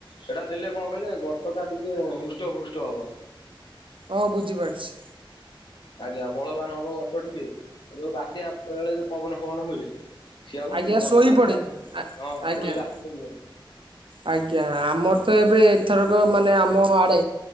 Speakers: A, on the left (about 60°); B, on the right (about 70°).
A: ସେଟା ଦେଲେ କଣ କହିଲେ ଗଛ ଟା ଟିକେ ହୃଷ୍ଟ ପୃଷ୍ଟ ହବ।
B: ହଓହ ବୁଝିପାରୁଛି।
A: ଆଜ୍ଞା ବଳବାନ ହବ ଗଛ ଟିକେ ଯୋଉ ବାତ୍ୟା ବେଳେ ଯୋଉ ପବନ ଫବନ ହୁଏ ସିଏ ଆଉ
B: ଆଜ୍ଞା
A: ଗଛଟା
B: ଶୋଇପଡେ
A: ନଁ ହଁ ଶୋଇବା ଆଉ
B: ଆଜ୍ଞା
A: ଶୋଇିବନି
B: ଆଜ୍ଞା ଆମର ତ ଏବେ ଏଥରକ ମାନେ ଆମ ଆଡ଼େ